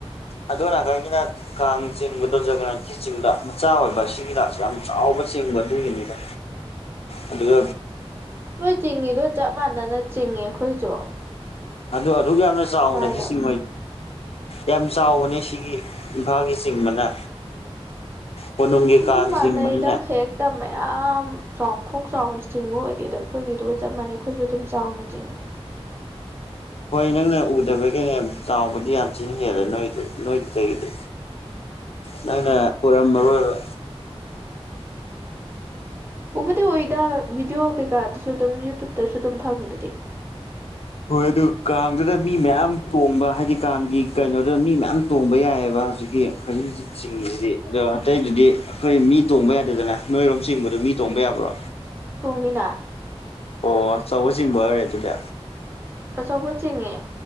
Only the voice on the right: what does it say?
ꯅꯣꯏ ꯆꯤꯡꯉꯤꯗꯣ ꯆꯞ ꯃꯥꯟꯅꯅ ꯆꯤꯡꯏ ꯑꯩꯈꯣꯏꯁꯨ
ꯂꯥꯏꯗ
ꯑꯗꯨꯝ
ꯃꯥꯅꯩꯗ
ꯍꯦꯛ ꯃꯌꯥꯝ ꯆꯥꯎꯊꯣꯛ ꯆꯥꯎꯅ ꯆꯤꯡꯕ ꯑꯣꯏꯗꯦ ꯑꯩꯈꯣꯏꯒꯤꯗꯨꯒ ꯆꯞ ꯃꯥꯟꯅꯩ ꯑꯩꯈꯣꯏꯁꯨ ꯑꯗꯨꯝ ꯆꯥꯎꯅ ꯆꯤꯡꯉꯦ
ꯎꯗꯤ ꯎꯏꯗ ꯚꯤꯗꯤꯑꯣ ꯀꯩꯀꯥꯗꯁꯨ ꯑꯗꯨꯝ ꯌꯨꯇꯨꯕꯇꯁꯨ ꯑꯗꯨꯝ ꯐꯪꯉꯤ ꯗꯨꯗꯤ
ꯇꯣꯡꯉꯤꯅ
ꯑꯆꯧꯕ ꯆꯤꯡꯉꯦ